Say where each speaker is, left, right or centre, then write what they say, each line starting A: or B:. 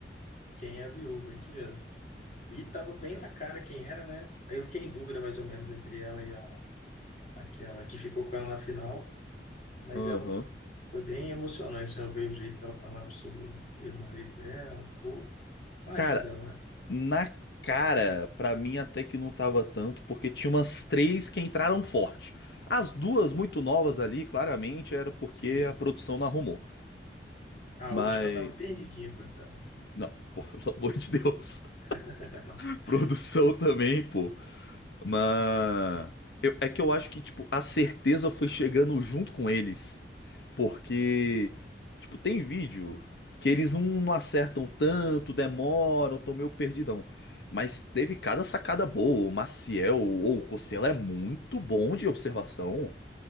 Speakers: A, on the left; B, on the left.
A: Quem é a viúva, isso mesmo. E tava bem na cara quem era, né? Aí eu fiquei em dúvida, mais ou menos, entre ela e a, aquela que ficou com ela na final, mas
B: Aham.
A: ela foi bem emocionante, né? Eu vi o jeito que ela falava sobre o ex-marido dela, o marido
B: Cara,
A: dela, né?
B: na cara, pra mim até que não tava tanto, porque tinha umas três que entraram forte. As duas muito novas ali, claramente, era porque
A: Sim,
B: a produção não arrumou.
A: a
B: Mas.
A: última tava perdidinha, coitada.
B: Não, pô, <laughs> pelo amor de Deus.
A: <laughs>
B: <laughs> Produção também, pô. Mas. eu- é que eu acho que, tipo, a certeza foi chegando junto com eles. Porque, tipo, tem vídeo que eles não, não acertam tanto, demoram, tão meio perdidão. Mas teve cada sacada boa. O Maciel ou o Cossela é muito bom de observação.